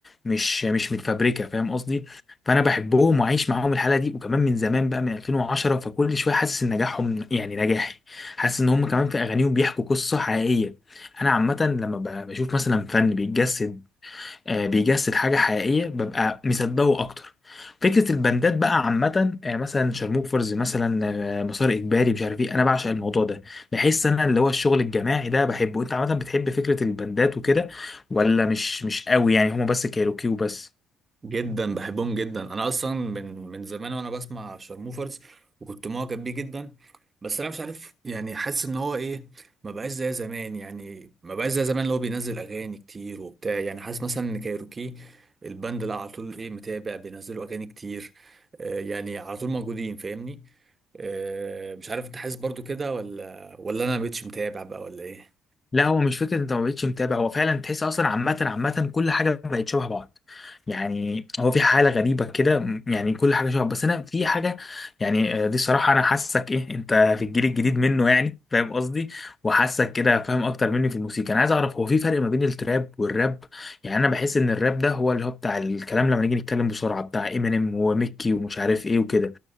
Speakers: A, on the left (about 20°); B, on the right (about 30°).
A: مش مش متفبركه فاهم قصدي فانا بحبهم وعايش معاهم الحاله دي وكمان من زمان بقى من 2010 فكل شويه حاسس ان نجاحهم يعني نجاحي حاسس ان هم كمان في اغانيهم بيحكوا قصه حقيقيه انا عامه لما ب- بشوف مثلا فن بيتجسد آه، بيجسد حاجة حقيقية ببقى مصدقه أكتر فكرة البندات بقى عامة آه، مثلا شارموفرز مثلا آه، مسار إجباري مش عارف إيه أنا بعشق الموضوع ده بحس أنا اللي هو الشغل الجماعي ده بحبه أنت عامة بتحب فكرة البندات وكده ولا مش مش قوي يعني هما بس كايروكي وبس
B: جدا بحبهم جدا انا اصلا من من زمان وانا بسمع شارموفرز وكنت معجب بيه جدا بس انا مش عارف يعني حاسس ان هو ايه ما بقاش زي زمان يعني ما بقاش زي زمان اللي هو بينزل اغاني كتير وبتاع يعني حاسس مثلا ان كايروكي الباند اللي على طول ايه متابع بينزلوا اغاني كتير آه يعني على طول موجودين فاهمني آه مش عارف انت حاسس برضو كده ولا ولا انا مبقتش متابع بقى ولا ايه
A: لا هو مش فكره انت ما بقتش متابع هو فعلا تحس اصلا عامه عامه كل حاجه بقت شبه بعض يعني هو في حاله غريبه كده م- يعني كل حاجه شبه بس انا في حاجه يعني آه، دي الصراحه انا حاسك ايه انت في الجيل الجديد منه يعني فاهم قصدي وحاسك كده فاهم اكتر مني في الموسيقى انا عايز اعرف هو في فرق ما بين التراب والراب يعني انا بحس ان الراب ده هو اللي هو بتاع الكلام لما نيجي نتكلم بسرعه بتاع امينيم وميكي ومش عارف ايه وكده